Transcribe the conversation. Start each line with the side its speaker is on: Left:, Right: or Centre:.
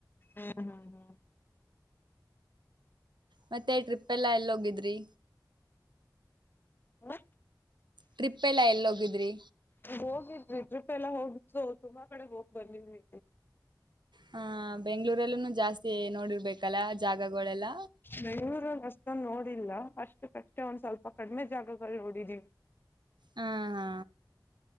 Left: ಹ್ಮ್ ಹ್ಮ್
Right: ಮತ್ತೆ ಟ್ರಿಪ್ ಎಲ್ಲಾ ಎಲ್ಲೊಗಿದ್ರಿ.
Left: ಹ
Right: ಟ್ರಿಪ್ ಎಲ್ಲಾ ಎಲ್ಲಿೋಗಿದ್ರಿ
Left: ಹೋಗಿದ್ವಿ ಟ್ರಿಪ್ ಎಲ್ಲ ಹೋಗು ತುಂಬಾ ಕಡೆ ಹೋಗ್ ಬಂದಿದೀವಿ
Right: ಹಹ ಬೆಂಗ್ಗಳೂರಲ್ಲೂ ಜಾಸ್ತಿ ನೋಡಿರ್ಬೇಕಲ್ಲ ಜಾಗಗಳೆಲ್ಲ
Left: ಬೆಂಗಳೂರು ಅಷ್ಟೊಂದು ನೋಡಿಲ್ಲ ಅಷ್ಟು ಕಷ್ಟೇ ಒಂದ್ ಸ್ವಲ್ಪ ಕಡಿಮೆ ಜಾಗಗಳು ನೋಡಿದೀವಿ
Right: ಹ
Left: <unintelligible>
Right: ಹಾ